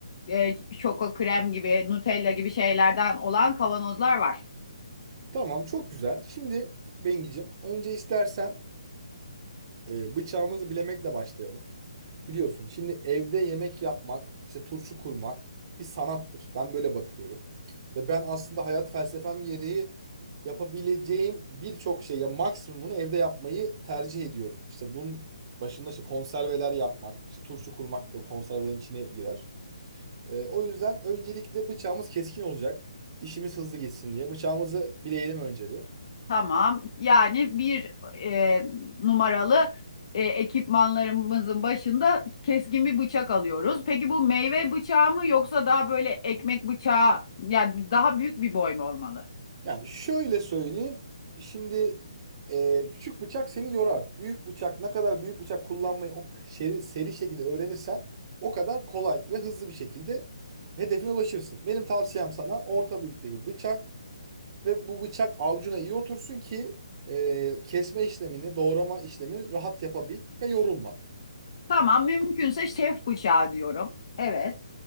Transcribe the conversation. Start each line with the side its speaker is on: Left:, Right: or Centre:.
Left: e, şoko krem gibi Nutella gibi şeylerden olan kavanozlar var.
Right: Tamam çok güzel. Şimdi Bengicim önce istersen e, bıçağımızı bilemekle başlayalım. Biliyorsun şimdi evde yemek yapmak, işte turşu kurmak bir sanattır. Ben böyle bakıyorum. Ve ben aslında hayat felsefem gereği yapabileceğim birçok şey, ya maksimumunu evde yapmayı tercih ediyorum. İşte bunun başında işte konserveler yapmak, işte turşu kurmak da bu konservelerin içine girer. Ee, o yüzden öncelikle bıçağımız keskin olacak. İşimiz hızlı gitsin diye. Bıçağımızı bileyelim önce bir.
Left: Tamam. Yani bir e, numaralı e, ekipmanlarımızın başında keskin bir bıçak alıyoruz. Peki bu meyve bıçağı mı yoksa daha böyle ekmek bıçağı yani daha büyük bir boy mu olmalı?
Right: Yani şöyle söyleyeyim. Şimdi e, küçük bıçak seni yorar. Büyük bıçak ne kadar büyük bıçak kullanmayı o seri, seri şekilde öğrenirsen o kadar kolay ve hızlı bir şekilde hedefine ulaşırsın. Benim tavsiyem sana orta büyüklükteki bıçak ve bu bıçak avcuna iyi otursun ki e, kesme işlemini, doğrama işlemini rahat yapabil ve yorulma.
Left: Tamam, mümkünse şef bıçağı diyorum. Evet.